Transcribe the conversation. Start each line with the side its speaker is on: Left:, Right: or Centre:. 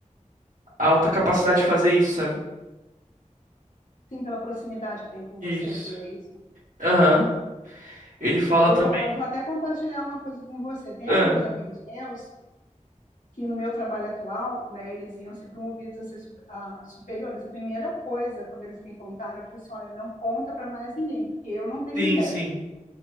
Right: alta capacidade de fazer isso, sabe?
Left: Sim, pela proximidade que tem com
Right: Isso.
Left: você, seria isso?
Right: Aham.
Left: Uhum.
Right: Ele fala
Left: E Eu
Right: também.
Left: vou, eu vou até compartilhar uma coisa com você. Tem
Right: Ah,
Left: alguns amigos meus que no meu trabalho atual, né, eles iam ser promovidos a ser su- a superiores. A primeira coisa, quando eles me contaram, eu falei assim, olha, não conta para mais ninguém, porque eu não tenho
Right: sim,
Left: inveja,
Right: sim.